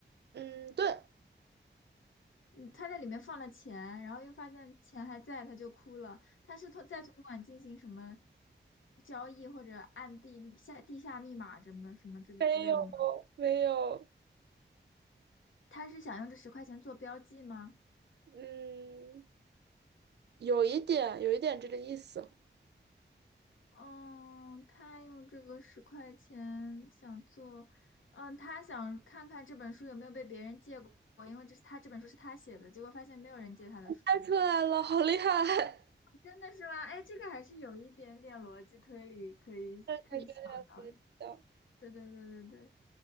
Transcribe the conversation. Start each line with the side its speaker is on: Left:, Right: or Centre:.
Right: 嗯，对，
Left: 嗯，他在里面放了钱，然后又发现钱还在，他就哭了。他是从在图书馆进行什么交易，或者按地下地下密码什么什么之之类的吗？
Right: 没有，没有，
Left: 他是想用这十块钱做标记吗？
Right: 嗯，有一点，有一点这个意思。
Left: 嗯，他用这个十块钱想做，嗯，他想看看这本书有没有被别人借过，因为这是他这本书是他写的，结果发现没有人借他的书，
Right: 猜出来了，好厉害！<laughs>
Left: 真的是吗？哎，这个还是有一点点逻辑推理可以可以想到的。
Right: 对，还是的。后
Left: 对对对对对，